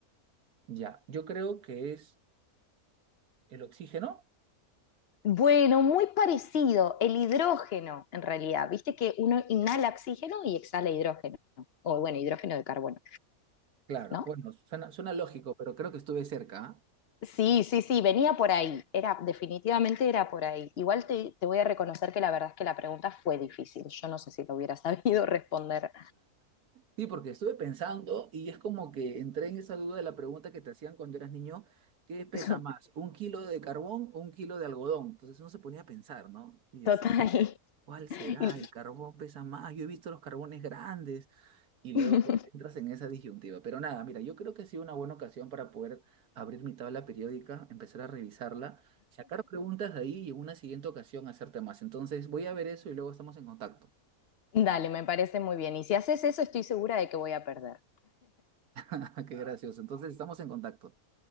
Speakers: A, on the right; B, on the left.
A: ya. Yo creo que es el oxígeno.
B: Bueno, muy parecido, el hidrógeno en realidad, viste que uno inhala oxígeno y exhala hidrógeno, o bueno, hidrógeno de carbono,
A: Claro,
B: ¿no?
A: bueno, suena, suena lógico, pero creo que estuve cerca. ¿ah?
B: Sí, sí, sí, venía por ahí, era, definitivamente era por ahí. Igual te, te voy a reconocer que la verdad es que la pregunta fue difícil, yo no sé si lo hubiera sabido responder
A: Sí, porque estuve pensando y es como que entré en esa duda de la pregunta que te hacían cuando eras niño, ¿qué pesa
B: <laughs>
A: más, un kilo de carbón o un kilo de algodón? Entonces uno se ponía a pensar, ¿no? Y decía,
B: total.
A: ¿Cuál será?
B: Y-
A: El carbón pesa más. Yo he visto los carbones grandes y luego
B: <laughs>
A: entras en esa disyuntiva. Pero nada, mira, yo creo que ha sido una buena ocasión para poder abrir mi tabla periódica, empezar a revisarla, sacar preguntas de ahí y en una siguiente ocasión hacerte más. Entonces voy a ver eso y luego estamos en contacto.
B: Dale, me parece muy bien, y si haces eso estoy segura de que voy a perder.
A: <laughs> Qué gracioso. Entonces estamos en contacto.